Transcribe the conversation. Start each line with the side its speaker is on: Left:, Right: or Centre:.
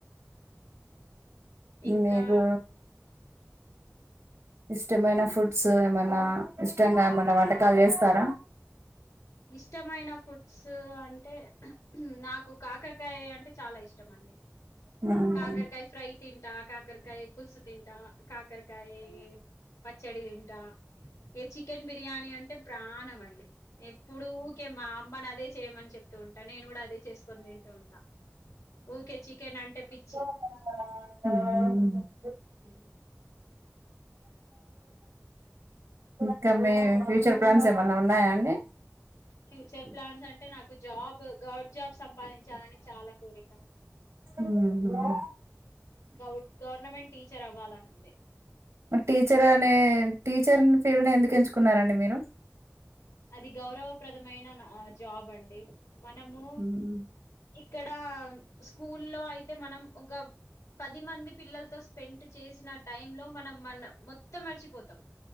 Left: ఇంకా
Right: మీకు ఇష్టమైన ఫుడ్స్ ఏమన్నా ఇష్టంగా ఏమన్నా వంటకాలు చేస్తారా
Left: ఇష్టమైన ఫుడ్స్ అంటే నాకు కాకర్ కారకాయ అంటే చాలా ఇష్టం అండి
Right: అవును
Left: కాకరకాయ ఫ్రై తింటా కాకరకాయ. పుల్సు తింటా కాకరకాయి పచ్చడి తింటా ఈ చికెన్ బిర్యానీ అంటే ప్రాణం అండి ఎప్పుడు ఊరికే మా అమ్మని అదే చేయమని చెప్తూ ఉంటా నేను కూడా అదే చేసుకని తింటూ ఉంటా. ఊకే చికెన్ అంటే. పిచ్చి
Right: హం.. హమ్.
Left: హ..
Right: ఇంకా మీ ఫ్యూచర్ ప్లాన్స్ ఏమన్నా ఉన్నాయా అండి.
Left: ఫ్యూచర్ ప్లాన్స్ అంటే నాకు జాబ్ గవడ్ జాబ్ సంపాదించాలని చాలా కోరిక.
Right: మ్మ్.
Left: గ గవర్నమెంట్ టీచర్ అవ్వాలని ఉంది.
Right: మరి టీచర్ అనే టీచర్ ఫీల్డ్ ఎందుకు ఎంచుకున్నారండి మీరు.
Left: అది గౌరవప్రదమైన జాబ్ అండి మనము...
Right: మ్మ్.
Left: ఇక్కడ స్కూల్లో అయితే మనం ఒక పది మంది పిల్లలతో.. స్పెంట్ చేసిన టైమ్ లో మనం మన మొత్తం మర్చిపోతాం.